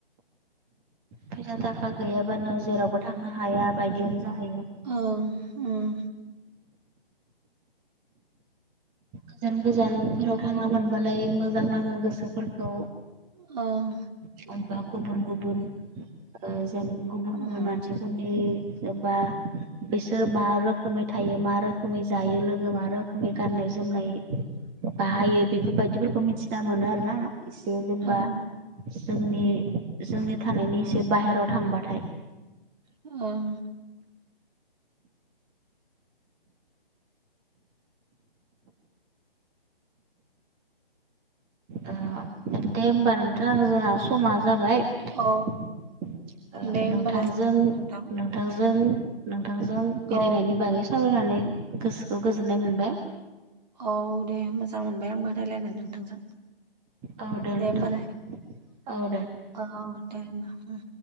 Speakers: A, on the right; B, on the right.
A: फैसा थाखा गैयाबानो जेरावबो थांनो हाया बायदियानो जाहैयो
B: ओं उम
A: गोजान गोजानफोराव थांनो मोनबालाय मोजां नाङो गोसोफोरखौ
B: ओं
A: थामहिनबा गुबुन गुबुन ओ जों गुबुन
B: उम
A: गुबुन मानसिफोरनि जेनबा बिसोर मा रोखोमै थायो मा रोखोमै जायो लोङो मा रोखोमै गाननाय जो जोमनाय बाहायो बेफोरबायदिफोरखौ मिथिना मोनो आरो ना इसे जेनेबा
B: ओं
A: जोंनि जोंनि थानायनि
B: उम
A: एसे बाहेराव थांबाथाय
B: ओं
A: ओ दे होमबा नोंथां जोंहा समा जाबाय
B: औ
A: ओ
B: दे होमबालाय
A: नोंथांजों
B: नोंथां
A: नों थांजों नोंथांजों बेरायनायनि
B: औ
A: बागै सावरायनानै गोसोखौ गोजोननाय मोनबाय
B: औ दे मोजां मोनबाय आंबो रायज्लायनानै नोंथांजों
A: औ
B: दे
A: नोंथां
B: होमबालाय
A: औ दे
B: औ दे होमबा